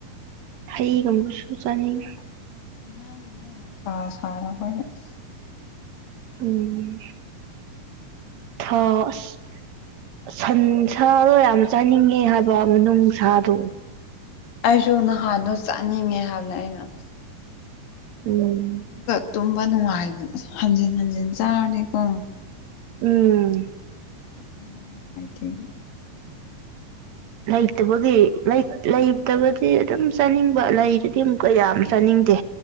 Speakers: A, on the right (about 55°); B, on the left (about 75°).
A: ꯍꯩꯒꯨꯝꯕꯁꯨ ꯆꯥꯅꯤꯡꯉꯤ
B: <unintelligible>
A: ꯎꯝ ꯊ ꯥ ꯑꯁ ꯁꯟ ꯁꯥꯗꯣ ꯌꯥꯝ ꯆꯥꯅꯤꯡꯉꯦ ꯍꯥꯏꯕ ꯃꯅꯨꯡ ꯁꯥꯗꯣ
B: ꯑꯩꯁꯨ ꯅꯍꯥꯗꯣ ꯆꯥꯅꯤꯡꯉꯦ ꯍꯥꯏꯕꯅꯦ ꯑꯩꯅ ꯑꯁ
A: ꯎꯝ
B: ꯨꯀ ꯇꯨꯝꯕ ꯅꯨꯡꯉꯥꯏ ꯍꯟꯖꯤꯟ ꯍꯟꯖꯤꯟ ꯆꯥꯔꯗꯤꯀꯣ
A: ꯎꯝ
B: <inaudible>
A: ꯂꯩꯇꯕꯒꯤ ꯂꯩꯇꯕꯗꯤ ꯑꯗꯨꯝ ꯆꯥꯅꯤꯡꯕ ꯂꯩꯔꯗꯤ ꯑꯃꯨꯛꯀ ꯌꯥꯝ ꯆꯥꯅꯤꯡ ꯗꯦ